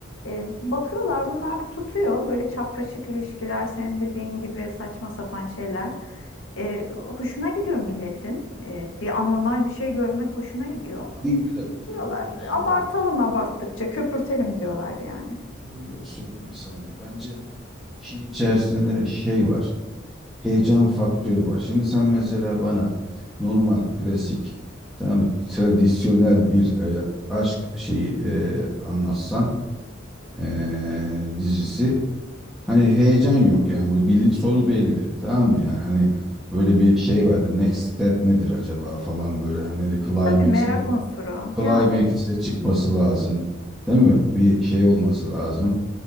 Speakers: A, on the left; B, in the centre.
A: e, bakıyorlar bunlar tutuyor. Böyle çapraşık ilişkiler, senin dediğin gibi saçma sapan şeyler. E, hoşuna gidiyor milletin. E, bir anormal bir şey görmek hoşuna gidiyor.
B: Ama bir dakika sözünü
A: Diyorlar
B: kesiyorum.
A: abartalım abarttıkça köpürtelim diyorlar yani.
B: Yok yok sö- bir saniye. Bence işin içerisinde şey var. Heyecan faktörü var. Şimdi sen mesela bana normal, klasik, tamam mı, tradisyonel bir e, aşk şeyi e, anlatsan e, dizisi. Hani heyecan yok yani bu bili- sonu belli. Tamam mı? Yani hani böyle bir şey vardır. Next step nedir acaba falan böyle hani climax
A: Tabii merak unsuru
B: Playmakers'e
A: yani.
B: çıkması lazım. Değil mi? Bir şey olması lazım.